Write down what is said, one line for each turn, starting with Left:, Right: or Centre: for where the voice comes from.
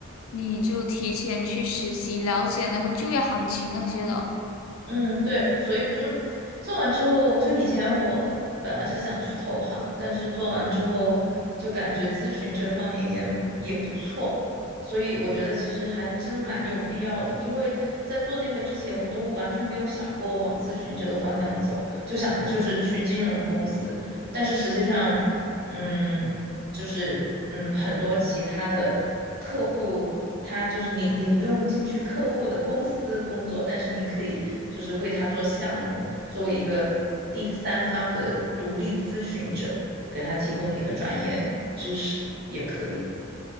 Left: 你就提前去实习，了解那个就业行情那些的。
Right: 嗯，对，所以就做完之后，就以前我本来是想去投行，但是做完之后就感觉咨询这方面也也不错，所以我觉得其实还真的蛮有必要的，因为在做那个之前，我都完全没有想过往咨询这个方向走，就想的就是去金融公司，但是实际上，嗯。就是嗯，很多其他的客户，他就是你，你不用进去客户的公司工作，但是你可以就是为他做项目，作为一个第三方的独立咨询者，给他提供你的专业知识也可以。